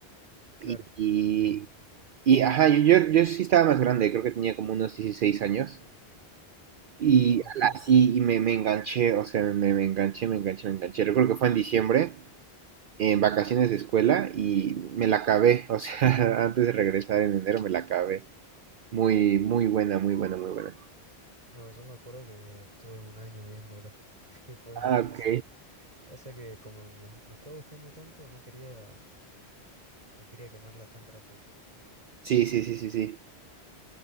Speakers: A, on the right; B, on the right.
A: Claro.
B: Y, y, y, ajá, yo, yo, yo sí estaba más grande, creo que tenía como unos 16 años. Y
A: Ah, ok.
B: así, y me, me enganché, o sea, me, me enganché, me enganché, me enganché. Recuerdo que fue en diciembre, en vacaciones de escuela, y me la acabé, o sea, <laughs> antes de regresar en enero me la acabé. Muy, muy buena, muy buena, muy buena.
A: No, yo me acuerdo que estuve un año viéndola, <laughs> que fue
B: Ah,
A: muchísimo.
B: ok.
A: Pasa que como me, me estaba gustando tanto, no quería, no quería quemarla tan rápido.
B: Sí, sí, sí, sí, sí.